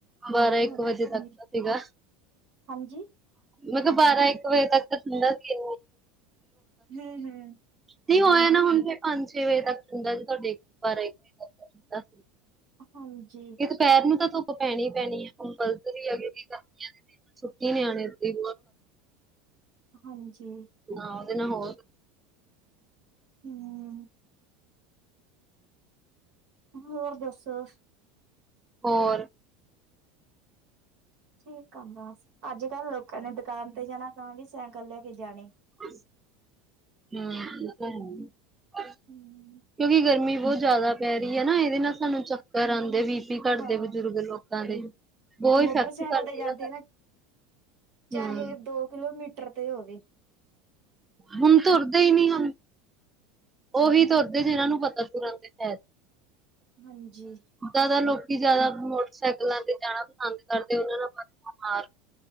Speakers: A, on the right; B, on the right.
A: ਬਾਰਾਂ ਇੱਕ
B: ਹਾਂਜੀ
A: ਵਜੇ ਤੱਕ ਤਾਂ ਸੀਗਾ।
B: ਹਾਂਜੀ
A: ਮੈ ਕੇਆ ਬਾਰਾਂ ਇੱਕ ਵਜੇ ਤੱਕ ਤਾਂ ਠੰਡਾ ਸੀ।
B: ਹਮ ਹਮ
A: ਨਹੀਂ ਹੋ ਜਾਣਾ ਹੁਣ ਫੇਰ ਪੰਜ ਛੇ ਵਜੇ ਤੱਕ ਠੰਢਾ, ਜੇ ਤੁਹਾਡੇ ਬਾਰਾ-ਇੱਕ ਵਜੇ ਤੱਕ ਠੰਢਾ,
B: ਹਾਂਜੀ।
A: ਦੁਪਹਿਰ ਨੂੰ ਤਾਂ ਧੁੱਪ ਪੈਣੀ- ਪੈਣੀ ਆ, ਕੰਪਲਸਰੀ ਹੈਗੀ ਕੀ ਕਰਨੀਆ ਛੁੱਟੀਆ ਚ ਨਿਆਣੇ ਏਦਾ ਈ
B: ਹਾਂਜੀ।
A: ਨਾ ਉਹਦੇ ਨਾ ਹੋ
B: ਹਮ ਹੋਰ ਦੱਸੋ।
A: ਹੋਰ
B: ਠੀਕ ਆ ਬਸ, ਅੱਜ -ਕੱਲ੍ਹ ਲੋਕਾਂ ਨੇ ਦੁਕਾਨ ਤੇ ਜਾਣਾ ਤਾਂ ਵੀ ਸੈਂਕਲ ਲੈ ਕੇ ਜਾਣੇ।
A: ਹਮ ਇਹ ਤਾਂ
B: ਹਮ
A: ਕਿਉਂਕਿ ਗਰਮੀ ਬਹੁਤ ਜ਼ਿਆਦਾ ਪੈ ਰਹੀ ਹੈ ਨਾ, ਇਹਦੇ ਨਾਲ ਸਾਨੂੰ ਚੱਕਰ ਆਂਦੇ ਵੀ, ਬੀਪੀ ਘੱਟਦੇ
B: ਹਾਂ
A: ਬਜ਼ੁਰਗ ਲੋਕਾਂ ਦੇ, ਓ, ਈ
B: ਮੋਟਰਸਾਈਕਲ
A: ਇਫੈਕਟ ਕਰਦੀ
B: ਤੇ ਜਾਂਦੇ
A: ਨਾ
B: ਚਾਹੇ
A: ਹੂੰ
B: ਦੋ ਕਿਲੋਮੀਟਰ ਤੇ ਹੋਵੇ।
A: ਹੁਣ ਤੁਰਦੇ ਹੀ, ਨੀ, ਹੁਣ ਓਹੀ
B: ਹਮ
A: ਤੁਰਦੇ ਜਿਹਨਾਂ ਨੂੰ ਪਤਾ ਤੁਰਨ ਦੇ ਫਾਇਦੇ,
B: ਹਾਂਜੀ।
A: ਜਾਦਾ ਲੋਕੀ ਜ਼ਾਦਾ ਮੋਟਰਸਾਈਕਲਾਂ ਤੇ ਜਾਣਾ ਪਸੰਦ ਕਰਦੇ ਉਹਨਾ ਨਾਲ ਬਾਰ